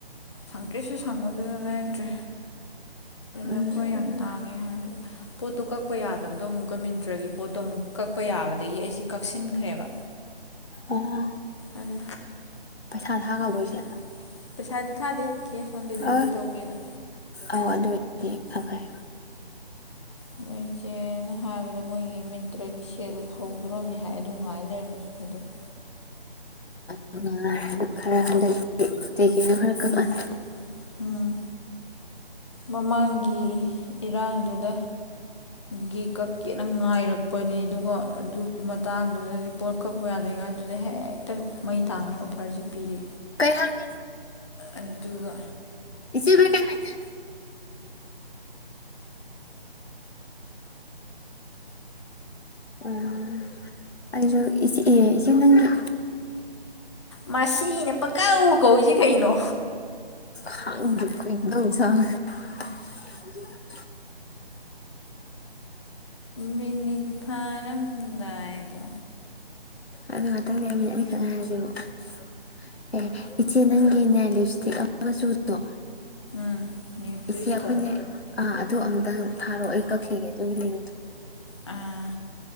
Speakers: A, on the left; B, on the left.
A: ꯁꯪꯇꯤꯛꯁꯨ ꯁꯪꯕꯗꯨꯗ ꯂꯩꯔꯛꯇ꯭ꯔꯦ
B: ꯎꯝ
A: ꯂꯐꯣꯏ ꯌꯥꯝ ꯇꯥꯡꯉꯦ ꯍꯥꯏ ꯄꯣꯠꯇꯣ ꯀꯛꯄ ꯌꯥꯗꯕꯗꯣ ꯑꯃꯨꯛꯀ ꯃꯤꯟꯇ꯭ꯔꯒꯤ ꯄꯣꯠꯇꯣ ꯑꯃꯨꯛ ꯀꯛꯄ ꯌꯥꯕꯗꯒꯤ ꯑꯩꯁꯤ ꯀꯛꯁꯤꯟꯈ꯭ꯔꯦꯕ
B: ꯑꯣ
A: ꯑꯗꯨ
B: ꯄꯩꯁꯥ ꯊꯥꯒꯕꯣꯏꯁꯦ
A: ꯅꯣꯏ ꯄꯩꯁꯥꯗꯤ ꯊꯥꯗꯦ ꯀꯦꯁ ꯑꯣꯟ ꯗꯦꯂꯤꯚꯔꯤ
B: ꯑ
A: ꯇꯧꯒꯦꯅ
B: ꯑꯧ ꯑꯗꯨ ꯑꯣꯏꯗꯤ ꯈꯔ ꯐꯩ꯫
A: <unintelligible> ꯍꯥꯏꯕꯗ ꯃꯣꯏꯒꯤ ꯃꯤꯟꯇ꯭ꯔꯒꯤ ꯁꯦꯜ ꯍꯧꯗ꯭ꯔꯣꯕꯅꯤ ꯍꯥꯏꯅꯦ ꯑꯗꯨ ꯉꯥꯏꯔ ꯂꯩꯔꯝꯃꯁꯨ ꯐꯗꯧꯕ꯫
B: <unintelligible> ꯈꯔ ꯍꯟꯗꯛꯇꯤ ꯀꯩꯒꯤꯅꯣ ꯍꯥꯏꯔ
A: ꯎꯝ
B: <unintelligible>
A: ꯎꯝ ꯃꯃꯥꯡꯒꯤ ꯏꯔꯥꯡꯗꯨꯗ ꯒꯤꯀꯛ <unintelligible> ꯉꯥꯏꯔꯛꯄꯅꯤ ꯑꯗꯨꯒ ꯑꯗꯨꯒꯤ ꯃꯇꯥꯡꯗꯨꯗꯗꯤ ꯄꯣꯠ ꯀꯛꯄ ꯌꯥꯗꯦꯉꯥꯏ ꯑꯗꯨꯗ ꯍꯦꯛꯇ ꯃꯩ ꯇꯥꯡꯉꯩ ꯑꯣꯐꯔꯁꯤ ꯄꯤꯌꯦ
B: ꯀꯩ ꯍꯥꯏꯒꯦ
A: ꯑꯗꯨꯒ
B: <unintelligible> ꯀꯩ ꯍꯥꯏꯒꯦ ꯑꯣ ꯑꯩꯖꯨ <unintelligible> ꯑꯦ ꯏꯆꯦ ꯅꯪꯒꯤ
A: ꯃꯁꯤꯅ ꯄꯀꯧ ꯀꯧꯋꯤꯖꯤ ꯀꯩꯅꯣ
B: ꯈꯪꯗꯦ ꯀꯩꯅꯣ ꯇꯧ <unintelligible> <unintelligible>
A: ꯃꯤꯅꯤꯠ ꯐꯔꯝꯗꯥꯏꯗ
B: ꯑꯗꯨ ꯉꯥꯇꯪ ꯂꯩꯔꯒ ꯃꯤꯅꯤꯠ ꯍꯛ ꯉꯥꯏꯔꯗꯤ <unintelligible> <unintelligible> ꯏꯆꯦ ꯅꯪꯒꯤꯅꯦꯌꯥꯏ ꯂꯤꯞ ꯏꯁꯇꯤꯛ ꯑꯃ ꯆꯨꯗꯣ
A: ꯎꯝ ꯅ꯭ꯌꯨ ꯇ꯭ꯋꯤꯁꯇꯣ
B: ꯏꯁꯤ ꯑꯩꯈꯅ ꯑ ꯑꯗꯨ ꯑꯃꯨꯛꯇꯪ ꯊꯥꯔꯛꯑꯣ ꯑꯩ ꯀꯛꯈꯤꯒꯦ ꯑꯗꯨꯒꯤ ꯂꯤꯣ
A: ꯑꯥ